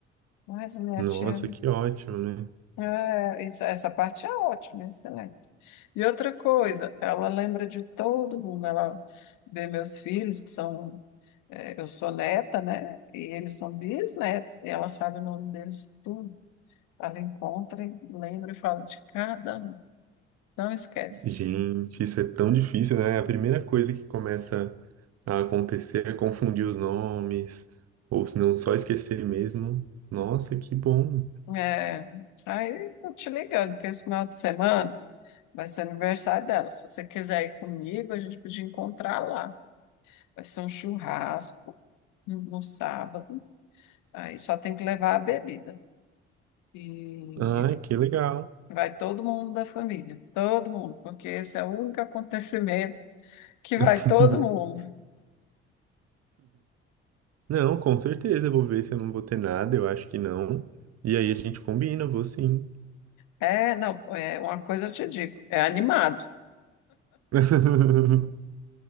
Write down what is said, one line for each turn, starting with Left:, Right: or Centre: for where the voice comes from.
Left: Mas a minha
Right: Nossa,
Left: tia,
Right: que ótimo, né?
Left: é, isso- essa parte é ótima, excelente. E outra coisa, ela lembra de todo mundo. Ela vê meus filhos, que são. eh, eu sou neta, né? E eles são bisnetos. E ela sabe o nome deles tudo. Ela encontra, e lembra e fala de cada um. Não esquece.
Right: Gente, isso é tão difícil, né? É A primeira coisa que começa a acontecer é confundir os nomes, ou se não, só esquecer mesmo. Nossa, que bom!
Left: É, aí tô te ligando, porque esse final de semana vai ser aniversário dela. Se você quiser ir comigo, a gente podia encontrar lá. Vai ser um churrasco no no sábado. Aí só tem que levar a bebida. E
Right: Ai, que legal!
Left: Vai todo mundo da família, todo mundo, porque esse é o único acontecimento que
Right: <laughs>
Left: vai todo mundo.
Right: Não, com certeza, eu vou ver se eu não vou ter nada, eu acho que não. E aí a gente combina, vou sim.
Left: É, não, é uma coisa eu te digo, é animado,
Right: <laughs>